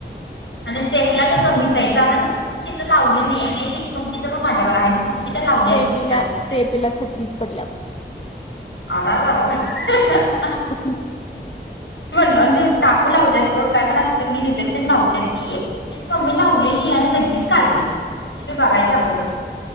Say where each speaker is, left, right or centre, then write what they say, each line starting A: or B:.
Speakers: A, on the left (about 85°); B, on the left (about 35°).
A: आणि स्टेफीला तर कमीच आहे कारण तिनं लावली नाही आणि तिच्या मम्मी च पण माझ्याकडे आहे. मम्मी तर लावली
B: स्टेफीला
A: असती जास्त असली
B: स्टेफीला
A: असती
B: छत्तीस पडल्यात.
A: आरारारा
B: अ
A: म्हे काकू लावतत काय पण असु दे, रिझल्ट तेन लावतती त्यांची मम्मी लावलेली आणि लगीच काढली म्हणजे मी बघायचं अगोदर